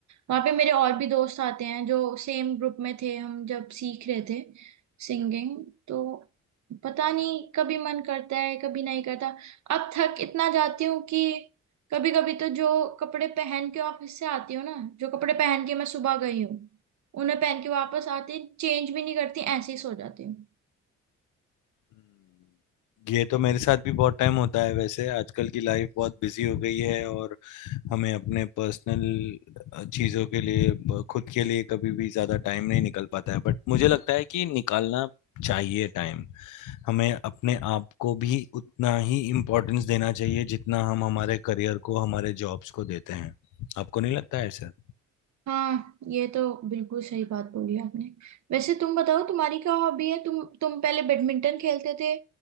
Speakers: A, on the right; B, on the left.
A: वहां पे मेरे और भी दोस्त आते हैं जो सेम ग्रुप में थे हम जब सीख रहे थे सिंगिंग तो पता नहीं कभी मन करता है कभी नहीं करता अब थक इतना जाती हूँ कि कभी कभी तो जो कपड़े पहन के ऑफिस से आती हूँ ना जो कपड़े पहन के मैं सुबह गई हूँ उन्हें पहन के वापस आती चेंज भी नहीं करती ऐसे ही सो जाती हूँ
B: हम्म, ये तो मेरे साथ भी बहुत टाइम होता है वैसे आजकल की लाइफ बहुत बिजी हो गई है और हमें अपने पर्सनल चीज़ों के लिए ब- खुद के लिए कभी भी ज़्यादा टाइम नहीं निकल पाता है बट मुझे लगता है कि निकालना चाहिए टाइम हमें अपने आप को भी उतना ही इम्पोर्टेंस देना चाहिए जितना हम हमारे करियर को हमारे जॉब्स को देते हैं आपको नहीं लगता है ऐसा
A: हाँ ये तो बिल्कुल सही बात बोली आपने वैसे तुम बताओ तुम्हारी क्या हॉबी है तुम तुम पहले बैडमिंटन खेलते थे